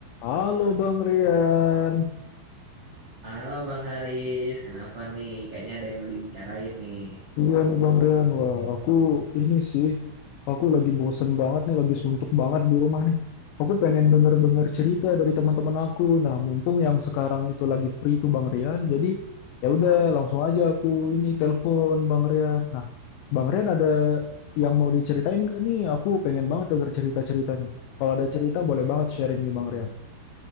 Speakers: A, on the left; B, on the right.
A: Halo Bang Rian,
B: Halo Bang Haris, kenapa nih? Kayaknya ada yang mau dibicarain nih.
A: iya nih Bang Rian, wah aku ini sih, aku lagi bosen banget nih, lagi suntuk banget di rumah nih. Aku pengen denger-denger cerita dari teman-teman aku. Nah, mumpung yang sekarang itu lagi free tuh Bang Rian, jadi ya udah langsung aja aku ini telepon Bang Rian. Nah, Bang Rian ada yang mau diceritain gak nih? Aku pengen banget denger cerita-cerita nih. Kalau ada cerita boleh banget sharing nih Bang Rian.